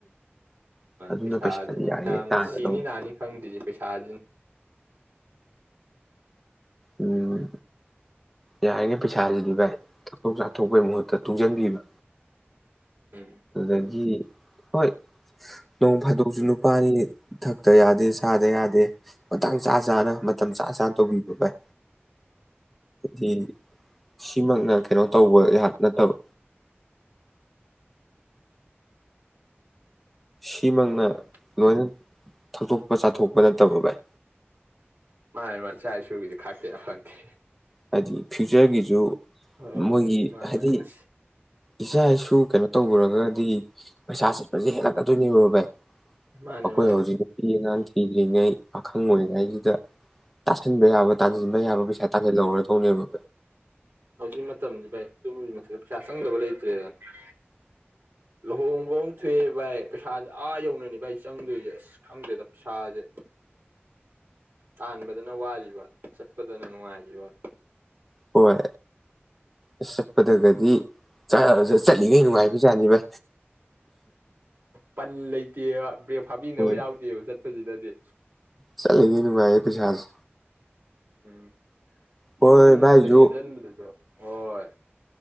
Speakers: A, in the centre; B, on the right.
A: ꯑꯗꯨꯅ
B: ꯄꯩꯁꯥꯗꯨꯅ
A: ꯄꯩꯁꯥꯗꯤ ꯌꯥꯔꯤꯉꯩ
B: ꯃꯅ
A: ꯇꯥꯟꯒꯗꯧꯅꯤ
B: ꯁꯤꯅꯤ ꯅꯥꯅꯤ ꯈꯪꯗ꯭ꯔꯤꯁꯤ ꯄꯩꯁꯥꯁꯤꯅ
A: ꯎꯝ ꯌꯥꯔꯤꯅꯦ ꯄꯩꯁꯥꯗꯨꯗꯤ ꯚꯥꯏ ꯆꯥꯊꯣꯛ ꯆꯥꯊꯣꯛꯄꯩ ꯃꯍꯨꯠꯇ ꯇꯨꯡꯁꯤꯟꯕꯤꯕ
B: ꯎꯝ
A: ꯑꯗꯨ ꯍꯣꯏ ꯅꯣꯡ ꯐꯥꯗꯣꯛꯁꯨ ꯅꯨꯄꯥꯅꯤ ꯊꯛꯇ ꯌꯥꯗꯦ ꯁꯥꯗ ꯌꯥꯗꯦ ꯃꯇꯥꯡ ꯆꯥ ꯆꯥꯅ ꯃꯇꯝ ꯆꯥ ꯆꯥꯅ ꯇꯧꯕꯤꯕ ꯚꯥꯏ ꯍꯥꯏꯗꯤ ꯁꯤꯃꯛꯅ ꯀꯩꯅꯣ ꯇꯧꯕꯍꯥꯛ ꯅꯠꯇꯕ ꯁꯤꯃꯛꯅ
B: ꯍꯣꯏ
A: ꯂꯣꯏꯅ ꯊꯛꯛꯇꯣꯛꯄ ꯆꯥꯊꯣꯛꯄ ꯅꯠꯇꯕ ꯚꯥꯏ
B: ꯃꯥꯅꯦ ꯃꯥꯥꯏ ꯆꯥꯏ ꯁꯨꯕꯤ ꯈꯥꯛꯀꯦ ꯑꯗꯤ
A: ꯍꯥꯏꯗꯤ ꯐ꯭ꯌꯨꯆꯔꯒꯤꯁꯨ
B: ꯍꯣꯏ
A: ꯃꯣꯏꯒꯤ
B: ꯃꯥꯅꯦ
A: ꯍꯥꯏꯗꯤ
B: ꯃꯥꯅꯦ
A: ꯏꯆꯥ ꯏꯁꯨ ꯀꯩꯅꯣ ꯇꯧꯔꯨꯔꯒꯗꯤ ꯄꯩꯁꯥ ꯆꯠꯄꯁꯤ ꯍꯦꯜꯂꯛꯀꯅꯤ ꯑꯗꯨꯅꯦꯕꯣ ꯚꯏ
B: ꯃꯥꯅꯦ
A: ꯑꯩꯈꯣꯏ
B: ꯃꯥꯅꯦ
A: ꯍꯧꯖꯤꯛ ꯅꯨꯄꯤ ꯑꯉꯥꯡ ꯊꯤꯗ꯭ꯔꯤꯉꯩ ꯄꯥꯈꯪ ꯑꯣꯏꯔꯤꯉꯩꯁꯤꯗ ꯇꯥꯁꯟꯕ ꯌꯥꯕ ꯇꯥꯟꯁꯤꯟꯕ ꯌꯥꯕ ꯄꯩꯁꯥ ꯇꯥꯁꯤꯜꯍꯔ ꯍꯅꯦꯕ
B: ꯍꯧꯖꯤꯛ ꯃꯇꯝꯗꯤ ꯚꯥꯏ ꯑꯗꯨꯝ ꯃꯊ ꯄꯩꯁꯥ ꯆꯪꯗꯕ ꯂꯩꯇ꯭ꯔꯦꯗꯅ ꯂꯨꯍꯣꯡꯕ ꯑꯃ ꯊꯣꯛꯑꯦ ꯚꯥꯏ ꯄꯩꯁꯥꯁꯦ ꯑꯥ ꯌꯧꯅꯅꯤ ꯚꯥꯏ ꯆꯪꯗꯣꯏꯁꯦ ꯑꯁ ꯈꯪꯗꯦꯗ ꯄꯩꯁꯥꯁꯦ ꯇꯥꯟꯕꯗꯅ ꯋꯥꯔꯤꯕ ꯆꯠꯄꯗꯅꯦꯅꯅꯨꯡꯉꯥꯏ ꯋꯥ
A: ꯍꯣꯏ ꯑꯁ ꯆꯠꯄꯗꯒꯗꯤ ꯑ ꯆꯠꯂꯤꯉꯩ ꯅꯨꯡꯉꯥꯏꯕꯖꯥꯅꯤꯕ
B: ꯄꯟ ꯂꯩꯇꯦꯕ ꯕ꯭ꯔꯦꯛ ꯐꯥꯕꯤꯅꯕ
A: ꯎꯝ
B: ꯌꯥꯎꯗꯦꯕ ꯆꯠꯄꯁꯤꯗꯗꯤ
A: ꯆꯠꯂꯤꯉꯩ ꯅꯨꯡꯉꯥꯏꯌꯦ ꯄꯩꯁꯥꯁꯦ
B: ꯎꯝ
A: ꯍꯣꯏ
B: ꯌꯨꯝ
A: ꯚꯥꯏꯁꯨ
B: ꯑꯝꯇ ꯁꯦꯝꯖꯤꯟꯕꯗꯁꯨ ꯍꯣꯏ